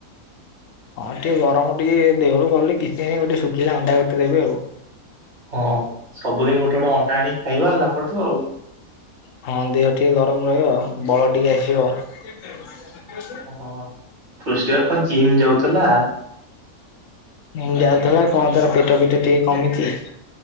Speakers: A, on the left; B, on the right.
A: ହଁ ଟିକେ ଗରମ ଟିକେ ଦେହରୁ ଗଲେ, କିଛି ନାଇଁ ଗୋଟେ ଶୁଖିଲା ଅଣ୍ଡା ଗୋଟେ ଦେବେ ଆଉ।
B: ହଁ, ସବୁଦିନ ଗୋଟେ ଗୋଟେ ଅଣ୍ଡା ଆଣିକି ଖାଇବା ଆଉ ତାଙ୍କଠୁ ଆଉ।
A: ହଁ ଦେହ ଟିକେ ଗରମ ରହିବ ଆଉ ବଳ ଟିକେ ଆସିବ।
B: ଓହୋ। ପୃଷ୍ଟି ବା କଣ ଜିମ୍ ଯାଉଥିଲା?
A: ଜିମ୍ ଯାଉଥିଲା କଣ ତାର ପେଟ ଫେଟ ଟିକେ କମିଚି